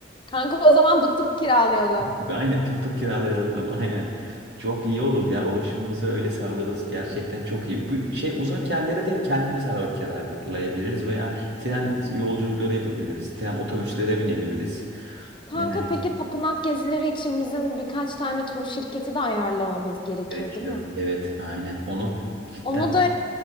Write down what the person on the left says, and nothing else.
Kanka o zaman duktuk kiralayalım.
Kanka
peki tapınak gezileri için bizim birkaç tane tur şirketi de ayarlamamız gerekiyor
değil mi?
Onu da